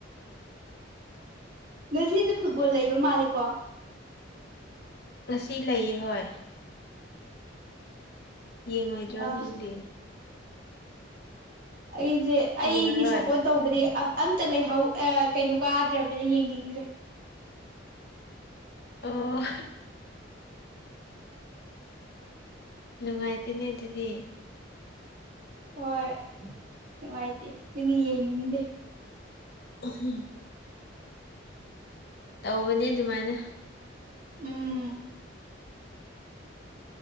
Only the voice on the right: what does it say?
ꯉꯁꯤꯁꯦ ꯐꯨꯠꯕꯣꯜ ꯂꯩꯕ ꯃꯥꯂꯤꯀꯣ
ꯑꯥ
ꯑꯩꯁꯦ ꯑꯩꯒꯤ
ꯁꯞꯄꯣꯠ ꯇꯧꯕꯗꯤ ꯑꯝ ꯑꯝꯇ ꯂꯩꯍꯧ ꯑꯥ ꯀꯩꯅꯣ ꯀꯥꯗ꯭ꯔꯕꯅꯤꯅ ꯌꯦꯡꯅꯤꯡꯗ꯭ꯔꯦ
ꯍꯣꯏ ꯅꯨꯡꯉꯥꯏꯇꯦ ꯑꯗꯨꯒꯤ ꯌꯦꯡꯅꯤꯡꯗꯦ
ꯎꯝ